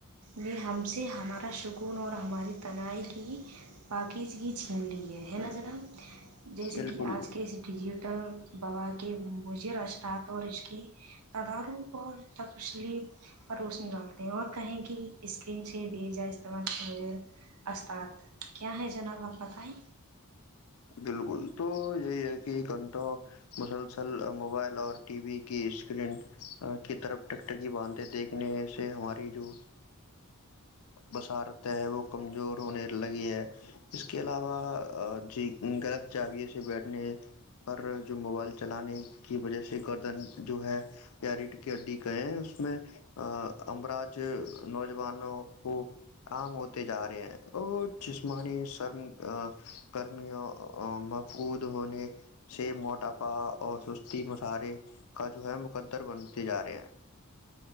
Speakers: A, on the right (about 85°); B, on the left (about 80°).
A: نے ہم سے ہمارا سکون اور ہماری تنہائی کی پاکیزگی چھین لی ہے ہے نا جناب جیسے
B: بالکل
A: کہ آج کے اس ڈیجیٹل بہات کہ مجر اتاات اور اس کے تدار اور تفسلی پروشنی ڈالتے ہیں اور کہیں کہ اسکرین سے بھیجا استعمال مجھے استاد کیا ہے جناب آپ بتائیں
B: بالکل تو یہی ہے کہ گھنٹوں مسلسل موبائل اور ٹی وی کی اسکرین کی طرفک ٹکی باندھے دیکھنے سے ہماری جو بصارت ہے وہ کمزور ہونے لگی ہے اس کے علاوہ جی جاویے سے بیٹھنے پر جو موبائل چلانے کی وجہ سے گردن جو ہے یا ریھ کے اڈی گئے ہیں اس میں امراج نوجوانوں کو کاام ہوتے جا رہے ہیں اور جسمانی سرم کرمیوں مففود ہونے سے موٹاپا اور سستی مشرے کا جو ہے مقدر بنتے جا رہے ہیں